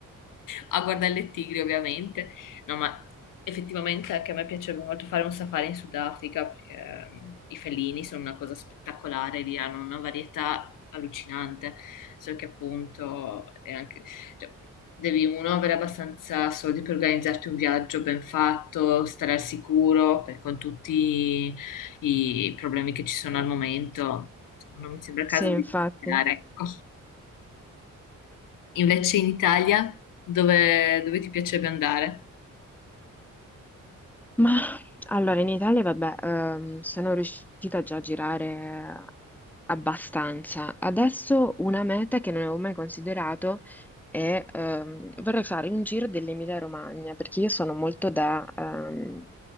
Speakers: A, on the left; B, in the centre.
A: a guardare il tigri ovviamente. No, ma effettivamente anche a me piacerebbe molto fare un safari in Sudafrica perché ehm, i felini sono una cosa spettacolare, lì hanno una varietà allucinante, so che appunto è anche... cioè, Devi uno avere abbastanza soldi per organizzarti un viaggio ben fatto, stare al sicuro, per- con tutti i problemi che ci sono al momento. Insomma, Non mi sembra il
B: sì,
A: caso
B: infatti.
A: di iniziare. Ecco. Invece in Italia, dove, dove ti piacerebbe andare?
B: Ma allora in Italia, vabbè, ehm, sono riuscita già a girare Abbastanza. Adesso una meta che non avevo mai considerato è ehm, vorrei fare un giro dell'Emilia-Romagna perché io sono molto da ehm,